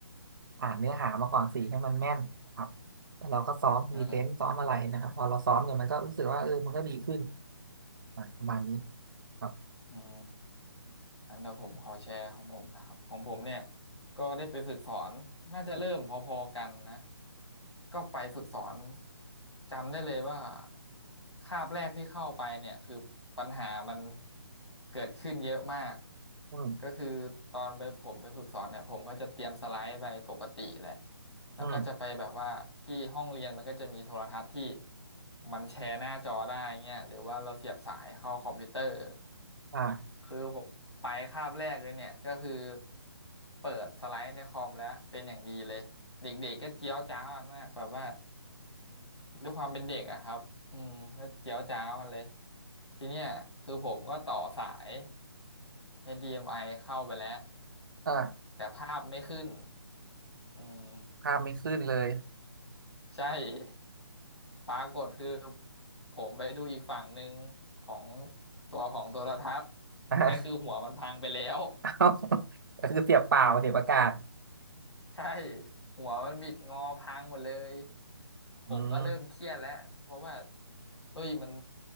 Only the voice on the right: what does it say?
อ่านเนื้อหามาก่อนสิให้มันแม่นนะครับแล้วเราก็ซ้อมพรีเซนต์ซ้อมอะไรนะครับพอเราซ้อมเนี่ยมันก็รู้สึกว่าเออมันก็ดีขึ้น
อ่ะประมาณนี้ครับ
อืม
อืม
อ่า
อ่า
ภาพไม่ขึ้นเลย
<laughs> อ่า
เอาก็คือเสียบเปล่าเสียบอากาศ
อืม